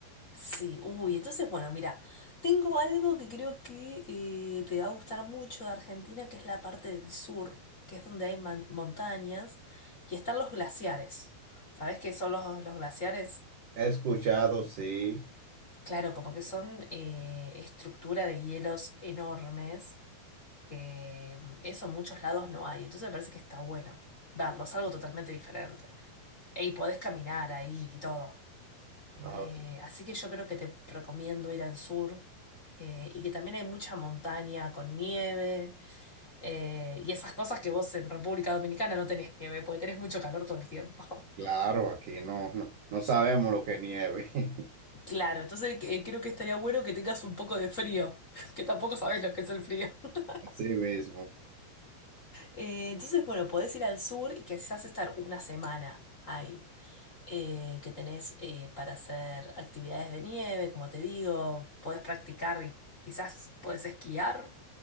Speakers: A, on the left; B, on the right.
A: Sí, uy, entonces, bueno, mira, tengo algo que creo que eh, te va a gustar mucho de Argentina, que es la parte del sur, que es donde hay man- montañas y están los glaciares. ¿Sabés qué son los, los glaciares?
B: He escuchado, sí,
A: Claro, como que son eh, estructura de hielos enormes, que mm, eso en muchos lados no hay, entonces me parece que está bueno verlos, algo totalmente diferente. Y podés caminar ahí y todo.
B: ah,
A: Eh, así que yo creo que te recomiendo ir al sur eh, y que también hay mucha montaña con nieve eh, y esas cosas que vos en República Dominicana no tenés nieve, porque tenés mucho calor todo el tiempo.
B: claro,
A: <laughs>
B: aquí no, no, no sabemos lo que nieve. <laughs>
A: Claro, entonces eh, creo que estaría bueno que tengas un poco de frío, <laughs> que tampoco sabés lo que es el frío. <laughs>
B: Así mismo.
A: Eh, entonces, bueno, podés ir al sur y quizás estar una semana ahí, eh, que tenés eh, para hacer actividades de nieve, como te digo, podés practicar y quizás podés esquiar.